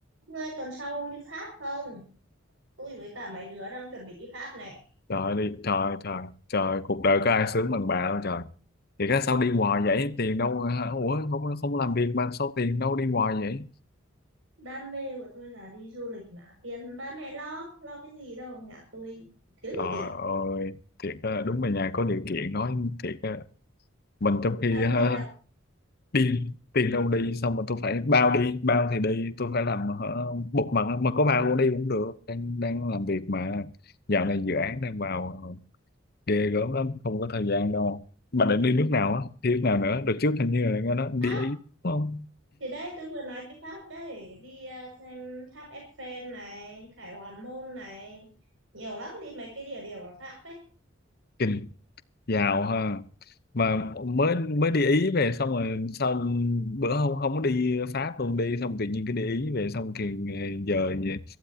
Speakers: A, on the right; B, on the left.
A: Ngươi tuần sau đi Pháp không? Tôi với cả mấy đứa đang chuẩn bị đi Pháp này.
B: trời đi trời trời trời cuộc đời có ai sướng bằng bà đâu trời thì cái sao đi hoài vậy tiền đâu hả? ủa không không làm việc mà sao tiền đâu đi hoài vậy
A: Đam mê của tôi là đi du lịch mà. Tiền ba mẹ lo, lo cái gì đâu. Nhà tôi thiếu gì
B: trời
A: tiền.
B: ơi thiệt á, đúng là nhà có điều kiện nói thiệt á, mình trong khi
A: Ông
B: ha
A: đi học
B: đi tiền đâu đi xong mà tôi phải bao đi bao thì đi tôi phải làm hả, bục mặt mà có bao cũng đi cũng được đang đang làm việc mà dạo này dự án đang vào ờ, ghê gớm lắm không có thời gian đâu mà định đi nước nào á đi nước nào nữa được trước hình như là nghe nói đi
A: Pháp.
B: Ý đúng không
A: Thì đấy, tôi vừa nói đi Pháp đấy. Đi à, xem tháp Eiffel này, Khải Hoàn Môn này. Nhiều lắm đi mấy cái địa điểm ở Pháp đấy.
B: kinh giàu ha mà mới mới đi Ý về xong rồi sao bữa không không có đi Pháp luôn đi xong tự nhiên cái đi Ý về xong thì giờ giờ